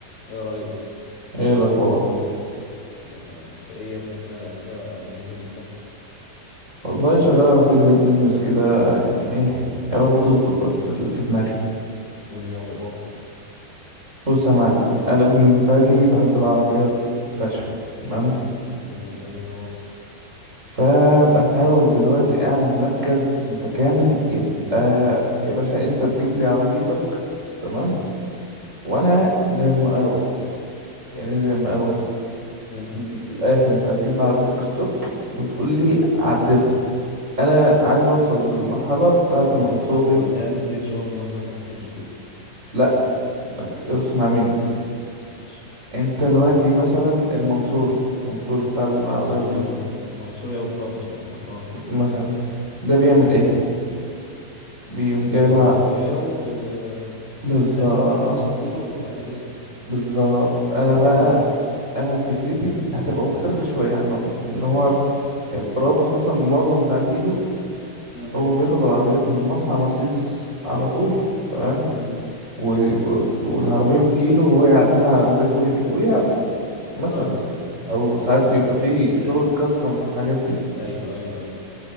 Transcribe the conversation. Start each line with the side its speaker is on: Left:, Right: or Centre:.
Left: ايه يا ريس
Right: ايه الاخبار
Left: يبقى تمام. انت ايه يا ابني في مالك كده اليومين دول مختفي
Right: والله شغال على فكرة بيزنس كده يعني ايه يا رب تظبط بس اللي في دماغي
Left: قول يا ابو باصي
Right: بص يا معلم انا بالنسبة لي بحب العربيات فشخ تمام
Left: اللي انا زي انا برضه
Right: فبحاول دلوقتي اعمل مركز متكامل يبقى يا باشا انت تجيب لي عربيتك تمام
Left: أمم؟
Right: وانا زي المقاول يعني إيه زي المقاول
Left: أمم.
Right: من الاخر انت هتجيب لي عربيتك ستوك وتقول لي عدلها انا عايز اوصل للمرحلة بتاعت
Left: ودي-
Right: منصوري
Left: ح- وديها لي ستيج 1 مثلا او ستيج 2
Right: لا اسمع مني
Left: ماشي
Right: انت دلوقتي مثلا المنصوري المنصوري بتاع العربيات
Left: منصوري
Right: مثلا
Left: من... منصوري او برابوس مثلا اه
Right: مثلا ده بيعمل ايه بيقوم جايب
Left: بياخد
Right: العربية
Left: العربية وبي بيعدلها
Right: بالظبط
Left: بتعديل اسمه منصوري تعديل باسمه
Right: بالظبط انا بقى
Left: أمم.
Right: انا فكرتي هتبقى مختلفة شوية عنهم لان هو برابوس مثلا معظم تعديله
Left: أمم.
Right: هو بياخد العربيات من مصنع مرسيدس على طول تمام
Left: أمم.
Right: و... وال- والعربية بتجيله وهو يعدلها على مزاجه ويب- ويعرض مثلا
Left: اه
Right: او ساعات
Left: اه
Right: بيبقى فيه شغل كاستم في الحاجات دي
Left: ايوه ايوه ايوه